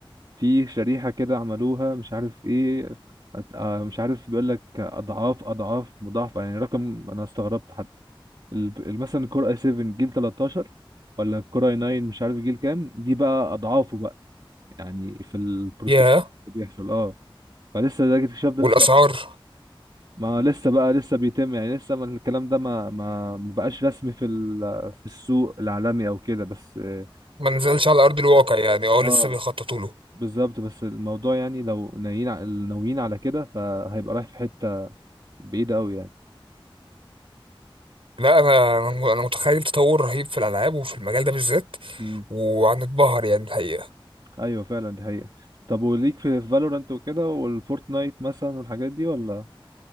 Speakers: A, on the right; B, on the right.
A: في شريحة كده عملوها مش عارف ايه أت- آه، مش عارف بيقول لك اضعاف اضعاف مضاعفة يعني رقم انا استغربت حتى ال- ال- مثلا الكور اي 7 جيل 13 ولا الكور اي 9 مش عارف جيل كام دي بقى اضعافه بقى يعني في البروسيس
B: ياه
A: اللي بيحصل اه فلسه ده الاكتشاف ده
B: والاسعار
A: لسه ما لسه بقى لسه بيتم يعني لسه ما الكلام ده ما ما ما بقاش رسمي في ال- في السوق العالمي او كده بس اه
B: ما نزلش على ارض الواقع يعني اه
A: آه.
B: لسه بيخططوا له
A: بالظبط بس الموضوع يعني لو ناويين ع- ناويين على كده فهيبقى رايح في حتة بعيدة قوي يعني
B: لا انا انا أنا متخيل تطور رهيب في الالعاب وفي المجال ده بالذات
A: امم
B: وهنتبهر يعني الحقيقه
A: ايوه فعلا دي حقيقة طب وليك في فالورانت وكده والفورتنايت مثلا والحاجات دي ولا